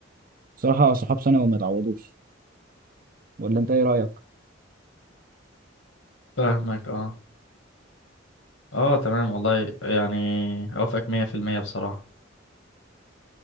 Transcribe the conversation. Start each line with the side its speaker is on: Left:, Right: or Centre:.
Right: صراحة صحاب ثانوي ما يتعوضوش ولا أنت إيه رأيك؟
Left: فاهمك أه أه تمام والله يعني أوافقك مية في المية بصراحة